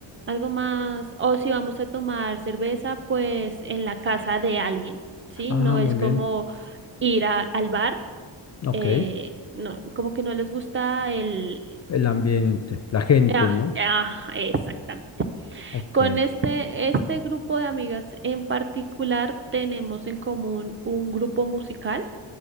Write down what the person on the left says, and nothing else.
Ah,
muy
bien.
Ok.
El ambiente, la gente,
¿no?
Ok.